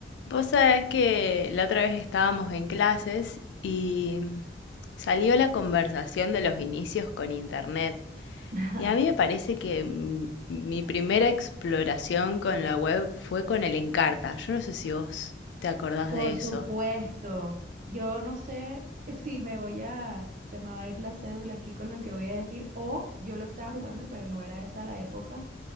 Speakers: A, on the left; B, on the right.
A: Vos sabés que la otra vez estábamos en clases y salió la conversación de los inicios con Internet.
B: <laughs>
A: Y a mí me parece que mm, mi primera exploración con la web fue con el Encarta. Yo no sé si vos te acordás
B: Por
A: de eso.
B: supuesto, yo no sé <laughs> si me voy a, se me va a ir la cédula aquí con lo que voy a decir, o yo lo estaba jugando, pero no era esa la época,